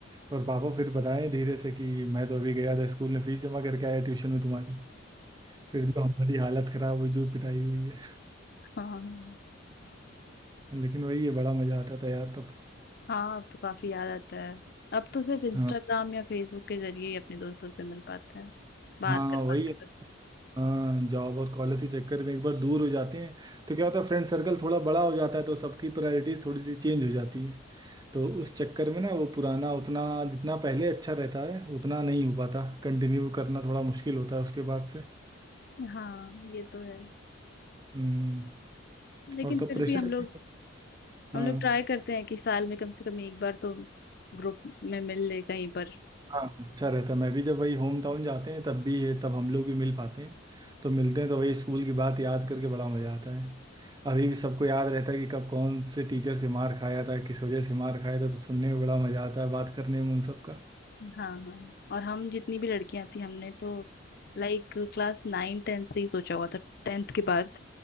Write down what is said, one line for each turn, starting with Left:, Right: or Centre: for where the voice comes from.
Right: और पापा फिर बताएं धीरे से कि मैं तो अभी गया था स्कूल में फीस जमा करके आया ट्यूशन में तुम्हारी फिर जो हमारी हालत खराब हुई जो पिटाई हुई है
Left: हाँ
Right: लेकिन वही है बड़ा मज़ा आता था यार तब
Left: हाँ अब तो काफी याद आता है अब तो सिर्फ इंस्टाग्राम
Right: हाँ
Left: या फेसबुक के जरिए ही अपने दोस्तों से मिल पाता है बात
Right: हाँ
Left: कर
Right: वही
Left: पाते
Right: है
Left: हैं बस
Right: हाँ जॉब और कॉलेज के चक्कर में एक बार दूर हो जाते हैं तो क्या होता है फ्रेंड सर्कल थोड़ा बड़ा हो जाता है तो सबकी प्रायोरिटीज थोड़ी सी चेंज हो जाती है तो उस चक्कर में ना वो पुराना उतना जितना पहले अच्छा रहता है उतना नहीं हो पाता कंटिन्यू करना थोड़ा मुश्किल होता है उसके बाद से
Left: हाँ ये तो है
Right: हम्म
Left: लेकिन
Right: और तो
Left: फिर
Right: प्रेशर
Left: भी हम लोग
Right: भी हाँ
Left: हम लोग ट्राई करते हैं कि साल में कम से कम एक बार तो ग्रुप में मिल ले कहीं पर
Right: हाँ अच्छा रहता है। मैं भी जब वही होम टाउन जाते हैं तब भी है तब हम लोग भी मिल पाते हैं तो मिलते हैं तो वही स्कूल की बात याद करके बड़ा मज़ा आता है अभी भी सबको याद रहता है कि कब कौन से टीचर से मार खाया था किस वजह से मार खाया था तो सुनने में बड़ा मज़ा आता है बात करने में उन सब का
Left: हाँ हाँ और हम जितनी भी लड़कियां थी हमने तो लाइक क्लास नाइन टेंथ से ही सोचा हुआ था टेंथ के बाद